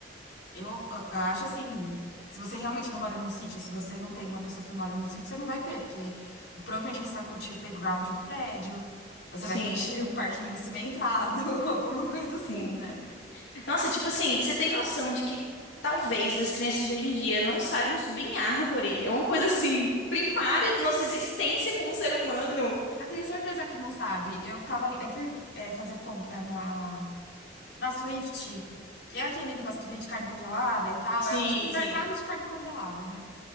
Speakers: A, on the left (about 65°); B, on the left (about 85°).
A: Eu, a- acho assim, se você realmente não mora num sítio, se você não tem uma pessoa que mora num sítio, você não vai ter, porque provavelmente você vai curtir o playground do prédio, você
B: Sim,
A: vai curtir um parquinho cimentado, <laughs> alguma coisa
B: sim.
A: assim, né?
B: Nossa, tipo assim, você tem noção de que talvez as crianças de hoje em dia não saibam subir em árvore? É uma coisa assim, primária da nossa existência como ser humano.
A: Eu tenho certeza que não sabe. Eu tava, eu fui, é, fazer compra na, na Swift, que é aquele negócio que vende carne congelada e tal.
B: Sim,
A: É o tipo um mercado
B: sim.
A: de carne congelada, né?